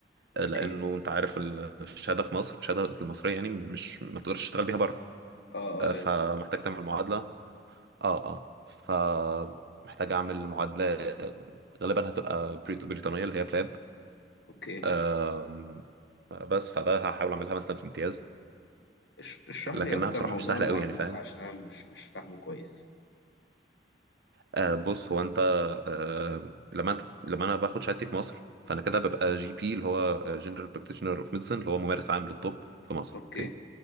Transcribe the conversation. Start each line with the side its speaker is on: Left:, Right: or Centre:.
Right: آه
Left: اوكي
Right: لانه انت عارف ال- الشهاده في مصر الشهاده المصريه يعني مش ما تقدرش تشتغل بيها بره
Left: اه
Right: آه
Left: اه لازم
Right: فمحتاج تعمل معادله اه اه فمحتاج اعمل معادله غالبا هتبقى بريط- بريطانيه اللي هي بلاب
Left: اوكي
Right: آم، بس فده هحاول اعملها مثلا في امتياز
Left: اش- اشرح
Right: لكنها
Left: لي اكتر
Right: بصراحه
Left: موضوع
Right: مش سهله
Left: المعادلة
Right: قوي يعني فاهم
Left: ده عشان انا مش مش فاهمه كويس
Right: آه بص هو انت آه لما انت لما انا باخد شهادتي في مصر فانا كده ببقى جي بي اللي هو جنرال براكتيشنر اوف ميديسن اللي هو ممارس عام للطب في مصر
Left: اوكي
Right: اوكي